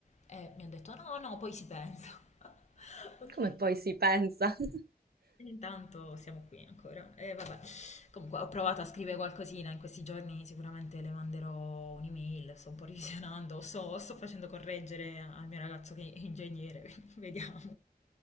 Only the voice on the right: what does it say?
<laughs>
Come poi si pensa? <laughs>